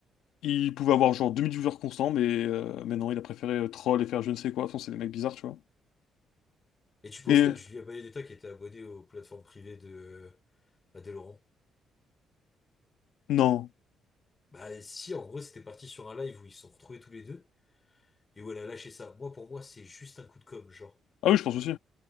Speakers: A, on the left; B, on the left.
A: Il pouvait avoir genre 2000 viewers constants, mais, euh, mais non, il a préféré euh, troll et faire je ne sais quoi. Enfin, c'est des mecs bizarres, tu vois.
B: Et tu penses
A: Et
B: quoi de Julia Bayonetta qui était abonnée aux plateformes privées de Adèle Laurent?
A: non.
B: Bah si, en gros, c'était parti sur un live où ils se sont retrouvés tous les deux et où elle a lâché ça. Moi, pour moi, c'est juste un coup de com', genre.
A: Ah oui, je pense aussi.